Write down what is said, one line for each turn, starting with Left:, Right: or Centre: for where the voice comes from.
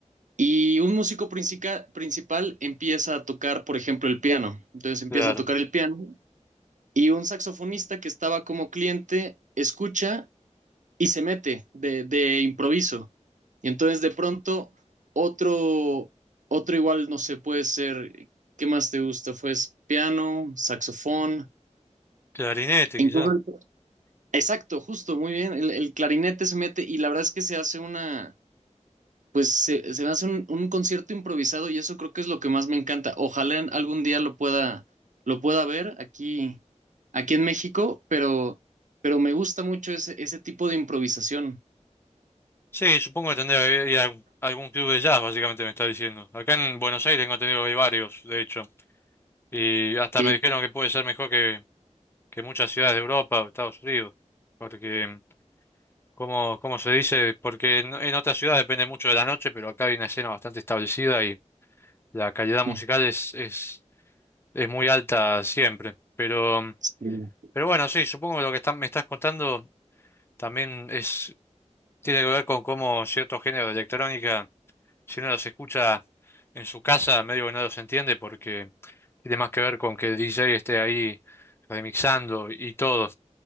Right: y un músico princica- principal empieza a tocar, por ejemplo, el piano. Entonces empieza
Left: claro.
Right: a tocar el piano y un saxofonista que estaba como cliente escucha y se mete de, de improviso. Y entonces de pronto otro, otro igual, no sé, puede ser, ¿qué más te gusta? Pues piano, saxofón.
Left: Clarinete,
Right: Incluso-
Left: quizá.
Right: Exacto, justo, muy bien. El, el clarinete se mete y la verdad es que se hace una, pues se, se hace un, un concierto improvisado y eso creo que es lo que más me encanta. Ojalá en- algún día lo pueda, lo pueda ver aquí, aquí en México, pero, pero me gusta mucho ese, ese tipo de improvisación.
Left: Sí, supongo que tendría que ir a algún algún club de jazz, básicamente me está diciendo. Acá en Buenos Aires tengo entendido que hay varios, de hecho. Y hasta
Right: Que,
Left: me dijeron que puede ser mejor que, que muchas ciudades de Europa o Estados Unidos. Porque, como, como se dice, porque en, en otras ciudades depende mucho de la noche, pero acá hay una escena bastante establecida y la calidad musical
Right: Mm.
Left: es, es, es muy alta siempre. Pero,
Right: Sí.
Left: pero bueno, sí, supongo que lo que está- me estás contando. También es, tiene que ver con cómo ciertos géneros de electrónica, si uno los escucha en su casa, medio que no los entiende porque tiene más que ver con que el DJ esté ahí remixando y todo.